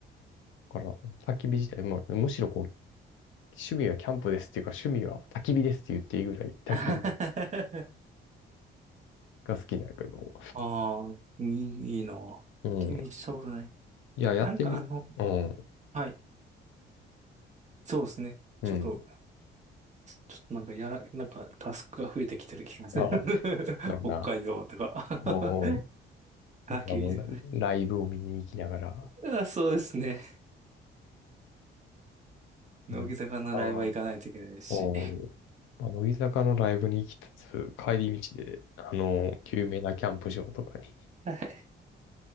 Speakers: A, on the left; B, on the right.
A: から、焚き火自体も、むしろこう、趣味はキャンプですっていうか、趣味は焚き火ですって言っていいぐらい焚き火が
B: あ <laughs>
A: が好きなんやけど。
B: あー、いい、いいな。
A: うん。
B: 気したうとない。
A: いや、やってみ、
B: なんかあの、
A: うん、
B: はい。そうですね。
A: うん。
B: ちょっと、ちょっとなんかやら、なんかタスクが増えてきてる気がする。
A: ああ、
B: <laughs>
A: そうやな。
B: 北海道とか。<laughs>
A: おお
B: あ、
A: いや、
B: 厳しい。
A: もうラ、ライブを見に行きながら。
B: あ、そうですね。乃木坂のライブは行かないといけないし。
A: うんああ、おおまあ、乃木坂のライブに行きつつ、帰り道で、あの、有名なキャンプ場とかに。
B: はい。